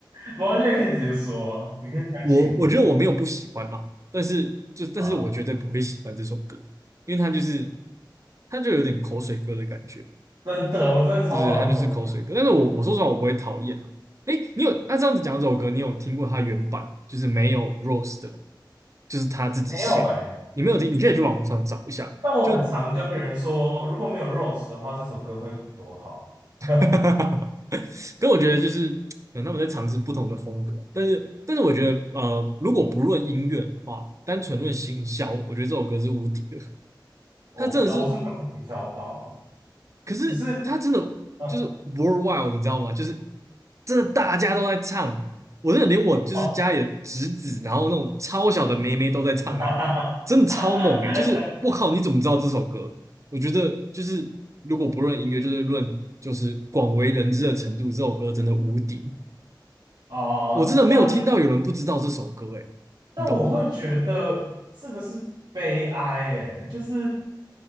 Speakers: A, on the right; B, on the right.
A: 没关系，你可以直接说啊你可以相信你自己
B: 我我觉得我没有不喜欢啦，但是就但是我绝对不会喜欢这首歌，
A: 啊！
B: 因为它就是它就有点口水歌的感觉。
A: 真的，我真的超讨厌口水歌。
B: 就是他就是口水歌。但是我我说实话，我不会讨厌啊。哎，你有那、这样子讲这首歌，你有听过他原版吗就是没有 Rose 的，就是他自己写的。
A: 没有哎、
B: 你没有听，你可以去网络上找一下。
A: 但我很常跟别人说，
B: 就，
A: 如果没有 Rose 的话，这首歌会多好。<laughs>
B: <laughs> 跟我觉得就是可能他们在尝试不同的风格，但是但是我觉得呃，如果不论音乐的话，单纯论行销，我觉得这首歌是无敌的。
A: 我不知道，
B: 它真的是
A: 我是没有被营销到啊，
B: 可是他真的就是
A: 只是嗯
B: worldwide，你知道吗？就是真的大家都在唱，我真的连我就是家里的侄子，
A: 哦，
B: 然后那种超小的妹妹都在唱、
A: <laughs> 哈哈哈哈哈哈
B: 欸，诶，真的超猛诶、欸就是我靠，你怎么知道这首歌？我觉得就是如果不论音乐，就是论就是广为人知的程度，这首歌真的无敌。
A: 哦，
B: 我真的没有听到有人不知道这首歌、
A: 但
B: 欸，诶，
A: 但我会觉得这个是悲哀，
B: 你懂吗？
A: 诶，就是